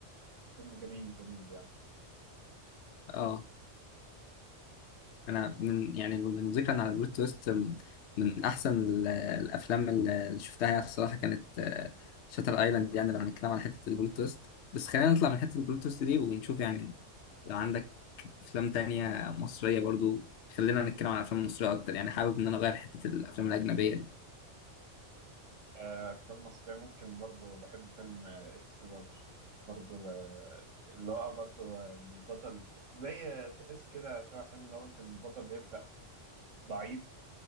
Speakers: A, on the right; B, on the left.
A: فيلم جميل جميل يعني
B: اه انا من يعني من ذكرا على بلوت تويست من من احسن ال- الافلام اللي شفتها يعني الصراحه كانت شاتر ايلاند يعني لو هنتكلم على حته البلوت تويست بس خلينا نطلع من حته البلوت تويست دي ونشوف يعني لو عندك افلام تانية مصريه برضو خلينا نتكلم عن الافلام المصريه اكتر يعني حابب ان انا اغير حته الافلام الاجنبيه دي
A: آه، أفلام مصرية ممكن برضو بحب فيلم آه، إكس لارج برضو آه، اللي هو برضو آه، إن البطل زي آه، تحس كده شبه حلم اللي هو إن البطل بيبدأ ضعيف